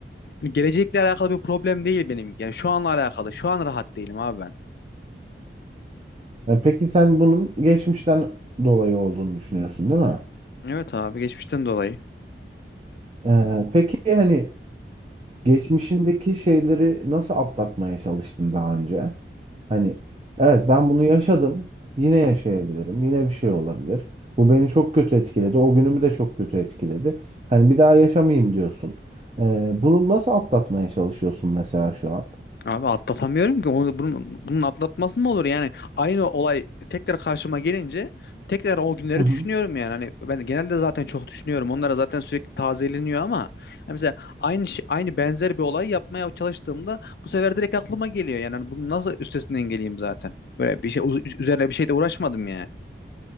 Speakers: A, on the left; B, on the right.
A: hani gelecekle alakalı bir problem değil benim. Yani şu anla alakalı. Şu an rahat değilim abi ben.
B: E, Peki sen bunun geçmişten dolayı olduğunu düşünüyorsun, değil mi?
A: Evet abi geçmişten dolayı.
B: E, peki hani geçmişindeki şeyleri nasıl atlatmaya çalıştın daha önce? Hani evet ben bunu yaşadım, yine yaşayabilirim, yine bir şey olabilir. Bu beni çok kötü etkiledi, o günümü de çok kötü etkiledi. Hani bir daha yaşamayayım diyorsun. E, bunu nasıl atlatmaya çalışıyorsun mesela şu an?
A: Abi atlatamıyorum ki. Onu, bunun, bunun atlatması mı olur? Yani aynı olay tekrar karşıma gelince tekrar o günleri
B: Hı hı.
A: düşünüyorum yani. Hani ben genelde zaten çok düşünüyorum. Onlara zaten sürekli tazeleniyor ama hani mesela aynı şey- aynı benzer bir olay yapmaya çalıştığımda bu sefer direkt aklıma geliyor. Yani hani bunun nasıl üstesinden geleyim zaten? Böyle bir şey uz- üzerine bir şey de uğraşmadım yani.